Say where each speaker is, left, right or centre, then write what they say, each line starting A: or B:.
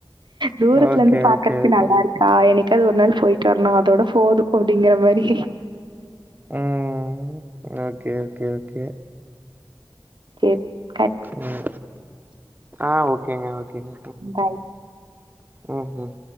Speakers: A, on the right; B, on the right.
A: தூரத்துல
B: ஓகே
A: இருந்து பாக்கறதுக்கு
B: ஓகே ஓகே
A: நல்லா இருக் ஆஹ் என்னைக்காவது ஒரு நாள் போயிட்டு வரணு அதோட போது அப்டிங்கிற மாரி
B: ஊம் ஓகே ஓகே ஓகே
A: கே
B: உம் ஆஹ் ஓக்கேங்க ஓக்கேங்க
A: பாய்.
B: உஹம் உஹம்